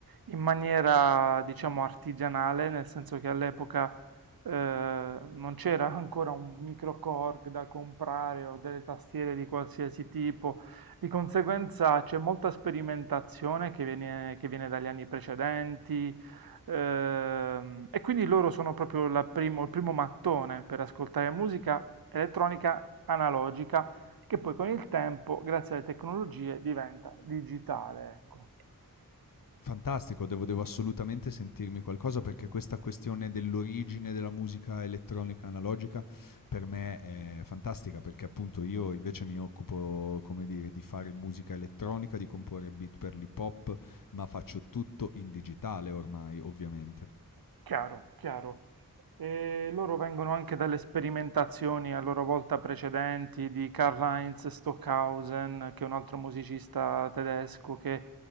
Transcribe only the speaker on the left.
Fantastico, devo devo assolutamente sentirmi qualcosa perché questa questione dell'origine della musica elettronica analogica per me è fantastica, perché appunto io invece mi occupo, come dire, di fare musica elettronica, di comporre beat per l'hip hop, ma faccio tutto in digitale ormai, ovviamente.